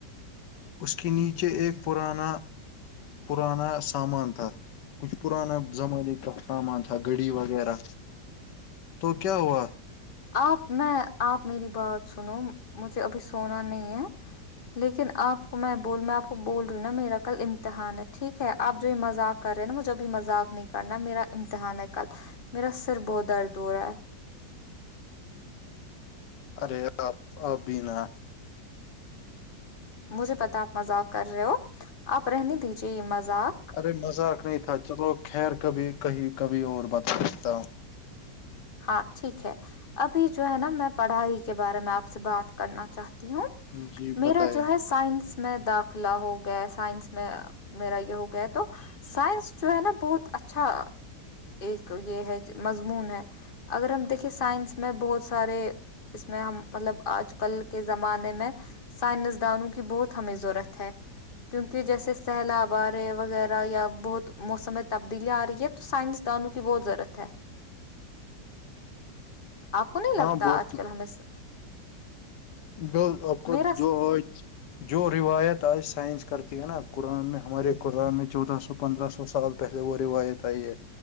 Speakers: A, on the left; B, on the left.
A: اس کے نیچے ایک پرانا پرانا سامان تھا کچھ پرانا زمانے کا سامان تھا گڈی وغیرہ تو کیا ہوا
B: آپ میں آپ میری بات سنو مجھے ابھی سونا نہیں ہے لیکن آپ کو میں بول میں آپ کو بول رہی ہوں نا میرا کل امتحان ہے ٹھیک ہے آپ جو یہ مذاق کر رہے ہیں نا مجھے ابھی مذاق نہیں کرنا میرا امتحان ہے کل میرا سر بہت درد ہو رہا ہے ایک
A: ارے ابین
B: مجھے پتا آپ مذاق کر رہے ہو آپ رہنے دیجیے یہ مذاق
A: ارے مذاق نہیں تھا چلو خیر کبھی کہیں کبھی اور بتا سکتا ہوں
B: ہاں ٹھیک ہے ابھی جو ہے نا میں پڑھائی کے بارے میں آپ سے بات کرنا چاہتا ہوں
A: جی
B: میرا
A: بتائیے
B: جو ہے سائنس میں داخلہ ہو گیا سائنس میں میرا یہ ہو گیا تو سائنس جو ہے نا بہت اچھا ایک یہ ہے مضمون ہے اگر ہم دیکھیں سائنس میں بہت سارے اس میں ہم مطلب آج کل کے زمانے میں سائنسدانوں کی بہت ہمیں ضرورت ہے کیوںونکہ جیسے سیلاب آ رہے وغیرہ یا بہت موسم تبدیلیا آ رہی ہے تو سائنس دانوں کی بہت ضرورت ہے آپ کو نہیں
A: ہاں
B: لگتا
A: بہت
B: آج کل ہمیں
A: جو آپ کو
B: میرا
A: جو ہویچ جو روایت آج سائنس کرتی ہے نا قرآن میں ہمارے قرآن میں چودہ سو پندرہ سو سال پہلے وہ روایت آئی ہے